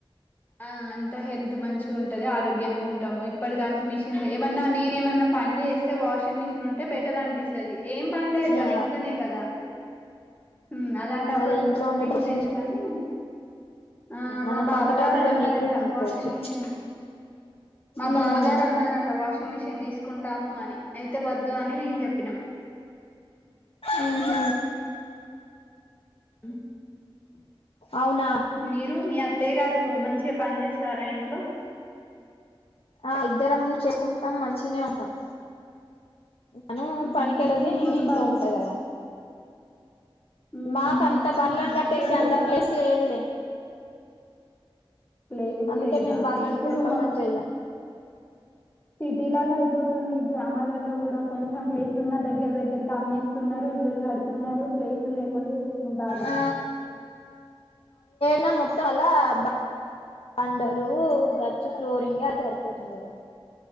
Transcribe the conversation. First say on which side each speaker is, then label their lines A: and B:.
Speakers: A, on the left; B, on the left.
A: ఆ అంత హెల్త్ మంచిగా ఉంటది ఆరోగ్యంగా ఉంటము ఇప్పటి కాంచి మిషన్ ఏమన్నా నేను ఏమన్నా పని చేస్తే వాషింగ్ మిషన్ ఉంటే బెటర్ అనిపిస్తది ఏం పనిలేదు కదా
B: ఆ
A: ఇంట్లనే కదా ఉం అలాంటప్పుడు
B: అదే ఇంట్లో ఉండే
A: మిషన్
B: డ్రెస్సింగ్
A: ఎందుకని ఆ
B: మనం
A: మా బావగారు
B: కంఫర్టబుల్
A: అన్నారంట
B: గా నీట్గా ఉండిపోవచ్చు
A: వాషింగ్ మెషిన్ మా
B: ఉహు
A: బావగారు అన్నారంట వాషింగ్ మెషిన్ తీసుకొంటామని అయితే వద్దు అని మేం చెప్పినం
B: ఊహ్మ్
A: ఉ
B: అవునా
A: మీరు మీ అత్తయ్య గారు మంచిగా పని చేస్తారా ఇంట్లో
B: ఆ ఇద్దరం చేసుకుంటాం మంచిగనే ఉంటాం. తను
A: ఉహు
B: పనికెల్లేది
A: మీరు
B: నేను
A: కూడా
B: ఇంట్లో
A: బర్లు
B: ఉంటా కదా
A: ఉమ్
B: మాకు అంత బర్లను
A: అవును
B: కట్టేసి
A: ఏదైనా
B: అంత ప్లేస్ లేదులే
A: ప్లేస్
B: అందుకే
A: లేదా
B: మేము బర్లను
A: ఇప్పుడు
B: పెంపకం
A: మా
B: చెయ్యం
A: సిటీ లాగా అయిపోతుంది ఈ గ్రామాలలో కూడా కొంచెం ప్లేస్ ఉన్న దగ్గర దగ్గరకి అమ్మేస్తున్నారు ఇల్లులు కడు ఉన్నారు ప్లేసులు లేకుండా చేసుకుంటారు
B: ఆ అన్న మొత్తం అలా బండలు గచ్చ ఫ్లోరింగ్ అది సరిపోతుంది కదా